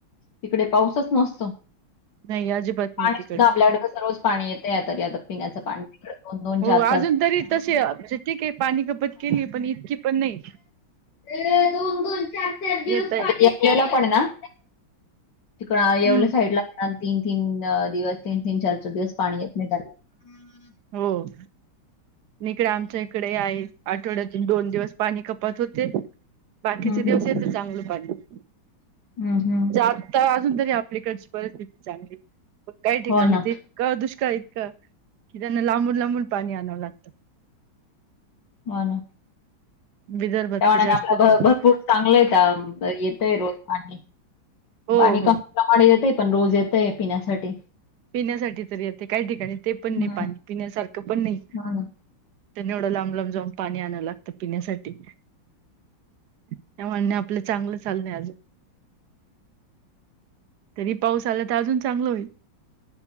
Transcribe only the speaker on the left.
तिकडे पाऊस सच नसतो.
पाणी
सुद्धा आपल्याकड कसं रोज पाणी येतेय आता तरी पिण्याचं पाणी दोन दोन
चार चार
दिवस
ये दोन दोन चार चार दिवस
<unintelligible> पण ना तिकल
येवले साईटला तीन तीन दिवस तीन तीन चार दिवस पाणी येत नाय काय नाय.
हम्म,
हम्म,
हम्म.
हम्म, हम्म.
हो ना
हो ना.
त्यामानाणे
आपला भ
भरपूर चांगलय येतय रोज पाणी.
पाणी
कमी प्रमाणात येतय पण रोज येतय पिण्यासाठी.
हम्म,
हो ना